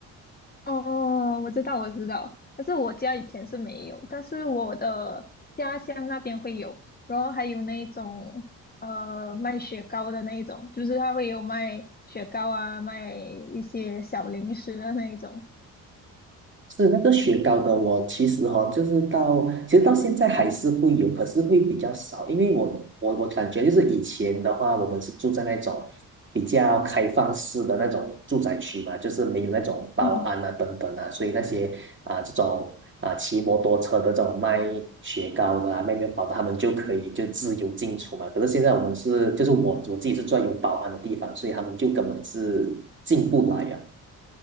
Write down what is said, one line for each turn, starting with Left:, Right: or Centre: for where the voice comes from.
Left: 哦，我知道，我知道，但是我家以前是没有，但是我的家乡那边会有，然后还有那种呃卖雪糕的那一种，就是他会有卖雪糕啊，卖一些小零食的那一种。
Right: 是那个雪糕的，我其实哈、哦，就是到其实到现在还是会有，可是会比较少，因为我我我感觉就是以前的话，我们是住在那种比较开放式的那种住宅区嘛，就是没有那种保安啊等等啊，
Left: 嗯，
Right: 所以那些啊、这种啊、骑摩托车的这种卖雪糕的啊、卖面包的，他们就可以就自由进出嘛。可是现在我们是就是我我自己是住在有保安的地方，所以他们就根本是进不来呀。